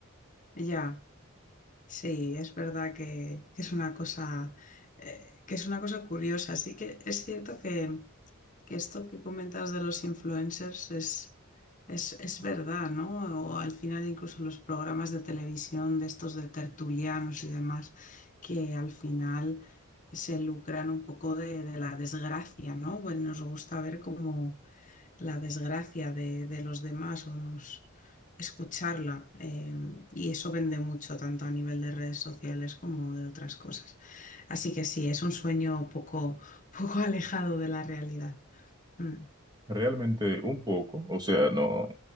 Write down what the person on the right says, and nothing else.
Realmente un poco, o sea, no,